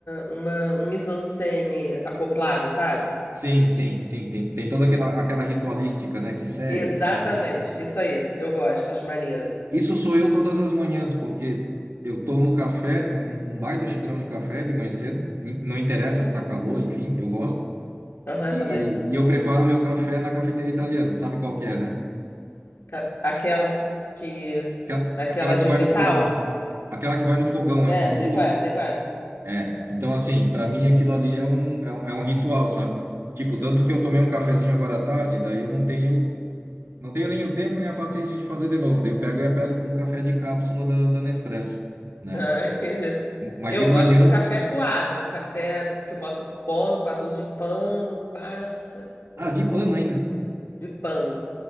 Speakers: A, on the left (about 80°); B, on the right (about 75°).
A: uma um mise-en-scène acoplado, sabe?
B: sim, sim, sim. Tem, tem toda aquela, aquela ritualística, né, que segue
A: Exatamente,
B: e tal, né?
A: isso aí. Eu gosto, acho maneiro.
B: Isso sou eu todas as manhãs, porque eu tomo café, um, um baita xicrão de café de manhã cedo. in- Não interessa se está calor, enfim, eu gosto.
A: Aham,
B: E,
A: eu também.
B: e eu preparo o meu café na cafeteira italiana, sabe qual que é, né?
A: Ca- Aquela que
B: Aquela,
A: aquela
B: aquela
A: de
B: que vai
A: metal.
B: no fogão. Aquela que vai no fogão,
A: É,
B: é um bullying.
A: sei qual é, sei qual é.
B: É. Então, assim, para mim aquilo ali é um, é um, é um ritual, sabe? Tipo, tanto
A: Uhum.
B: que eu tomei um cafezinho agora à tarde, daí eu não tenho Não tenho nem o tempo nem a paciência de fazer de novo. Daí eu pego e apelo para um café de cápsula da, da Nespresso, né?
A: Ah, <laughs> entendi.
B: Mas
A: Eu
B: de manhã,
A: gosto do café coado, o café que eu boto pó no coador de pano, passa,
B: ah,
A: aí eu
B: de
A: tomo
B: pano ainda,
A: de pano.